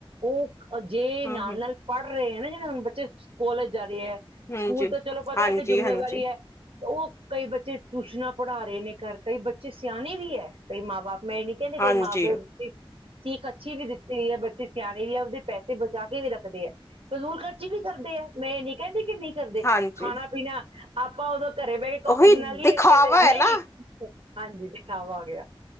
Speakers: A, on the right; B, on the left.
A: ਓ ਜੇ ਨਾਲ-ਨਾਲ
B: ਹਮ ਹਮ
A: ਪੜ੍ਹ ਰਹੇ ਆ ਨਾ, ਜਿਹਵੇਂ ਹੁਣ ਬੱਚੇ ਕੋਲਜ ਜਾ ਰਹੇ ਐ ਸਕੂਲ
B: ਹਮ ਜੀ
A: ਤਾਂ ਚਲੋ ਪਤਾ
B: ਹਾਂਜੀ
A: ਏਕ ਜਿੰਮੇਵਾਰੀ
B: ਹਾਂਜੀ
A: ਐ, ਓਹ ਕਈ ਬੱਚੇ ਟਿਊਸ਼ਨਾਂ ਪੜਾ ਰਹੇ ਨੇ ਘਰ ਕਈ ਬੱਚੇ ਸਿਆਣੇ ਵੀ ਏ ਕਈ ਮਾਂ ਬਾਪ ਮੈਂ ਏ ਨੀ ਕੇਂਦੀ, ਕਈ
B: ਹਾਂਜੀ
A: ਮਾਂ ਬਾਪ- ਸੀਖ ਅੱਛੀ ਵੀ ਦਿੱਤੀ ਗਈ ਹੈ ਬੱਚੇ ਸਿਆਣੇ ਵੀ, ਆਪਦੇ ਪੈਸੇ ਬਚਾ ਕੇ ਵੀ ਰੱਖਦੇ ਹੈ। ਫਜ਼ੂਲ ਖਰਚੀ ਵੀ ਕਰਦੇ ਹੈ, ਮੈਂ ਇਹ ਨਹੀਂ ਕਹਿੰਦੀ ਕਿ ਨਹੀਂ ਕਰਦੇ।
B: ਹਾਂਜੀ
A: ਖਾਣਾ ਪੀਣਾ ਆਪਾਂ ਉਦੋਂ ਘਰੇ ਬਹਿ ਕੇ 'ਕੌਫੀ'
B: ਉਹੀ
A: ਬਣਾ ਲਈਏ
B: ਦਿਖਾਵਾ
A: ਕਹਿੰਦੇ
B: ਹੈ
A: ਨਹੀਂ
B: ਨਾ
A: ਹਾਂਜੀ ਦਿਖਾਵਾ ਹੋ ਗਿਆ।